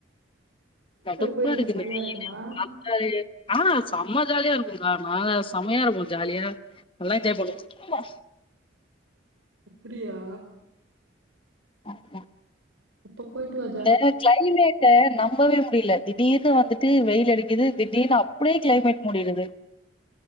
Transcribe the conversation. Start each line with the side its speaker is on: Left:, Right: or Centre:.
Left: கடுப்பா
Right: போய்
Left: இருக்கு
Right: ஜாலியா
Left: இந்த வெயிலு
Right: இருக்குமா
Left: பாக் ஆ செம்ம ஜாலியா இருக்குங்க்கா நாங்க செமையா இருக்கு ஜாலியா நல்ல என்ஜாய் பண்ணுவோ
Right: அப்பிடியா
Left: ஆமா
Right: இப்ப போயிட்டு வ
Left: இந்த கிளைமேட் ட நம்பவே முடில திடீர்னு வந்துட்டு வெயில் அடிக்கிது திடீர்னு அப்டியே கிளைமேட் மூடிருது